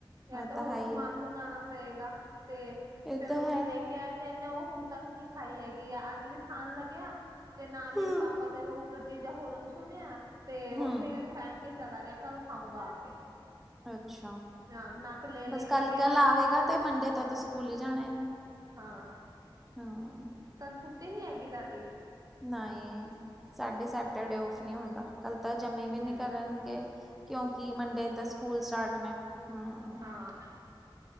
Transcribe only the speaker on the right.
ਜਾਂ
ਤੇ
ਹੋਰ
ਮੰਗਵਾਉਣਾ ਪਏਗਾ ਤੇ
ਫੇਰ
ਮੰਮੀ
ਲੈ ਕੇ ਆਏ ਏਨੇ ਉਹ ਹੁਣ ਤਕ ਨਹੀ ਖਾਈ ਹੈਗੀ ਆ ਅਜ ਵੀ ਖਾਣ ਲਗਿਆ ਤੇ ਨਾਲ
ਹੀ ਪਾਪਾ ਦੇ ਉਹ ਗੱਡੀ ਦਾ ਹੋਰਨ ਸੁਣਿਆ ਤੇ
ਉਥੇ ਹੀ ਫਨੱਕ ਚਲਾ ਗਿਆ ਕਲ ਖਾਊਂਗਾ ਆ ਕੇ
ਹਾਂ ਨੱਕ ਲੈ ਲੈ
ਕੇ ਗਿਆ
ਹਾਂ-
ਕਲ ਛੁੱਟੀ ਨਹੀ ਹੈਗੀ ਇਨਾਂ ਦੀ
ਅੱਛਾ
ਹਮ
ਹਾਂ-